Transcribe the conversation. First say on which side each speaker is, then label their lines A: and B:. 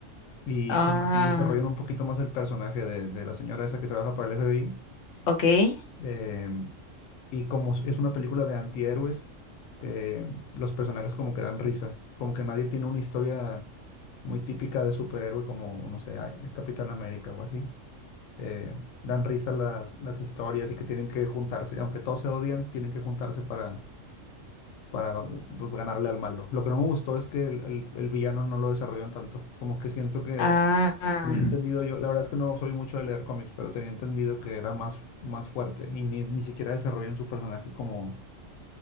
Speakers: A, on the left; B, on the left.
A: y
B: Ah,
A: como que sí desarrollan un poquito más el personaje de, de la señora esa que trabaja para el FBI.
B: ok.
A: em, Y como es es una película de antihéroes, que los personajes como que dan risa, como que nadie tiene una historia muy típica de superhéroe como, no sé, a- el Capitán América o así. Eh, dan risa las, las historias y que tienen que juntarse, aunque todos se odian, tienen que juntarse para, para pues, ganarle al malo. Lo que no me gustó es que el, el- el villano no lo desarrollan tanto, como que siento que
B: Ah, ah.
A: tenía entendido yo, la verdad es que no soy mucho de leer cómics, pero tenía entendido que era más, más fuerte y ni, ni siquiera desarrollan su personaje como